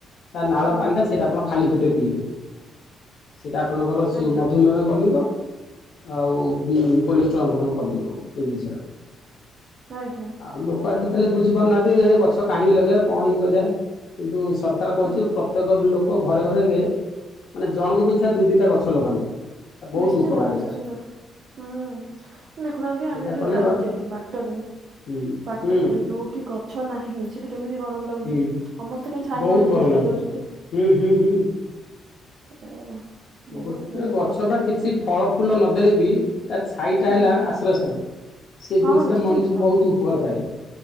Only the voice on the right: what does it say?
ଆଜ୍ଞା
<inaudible>
ଆଜ୍ଞା
ଆଜ୍ଞା।
ହୁଁ।
ନିଶ୍ଚିନ୍ତ
ନିଶ୍ଚିନ୍ତ।
ହୁଁ ଦେଖୁନାହାନ୍ତି ଆମେ
ଯୋଉ
ଯାଉଛେ
ବାଟରେ
ପାଟରେ
ଯୋଉଠି ଗଛ ନାହିଁ ସେଠି କେମିତି ଗରମ ଲାଗୁଛି।
ସମସ୍ତେ କାଇଁ ଛାଇ
ମୂଳେ ଯାଇ
ଠିଆ
ହେଇଯାଉଛନ୍ତି।
ଓ ବହୁତ
ଦରକାରୀ
ଜିନିଷ।
ହୁଁ
ହଁ
ନିଶ୍ଚିନ୍ତ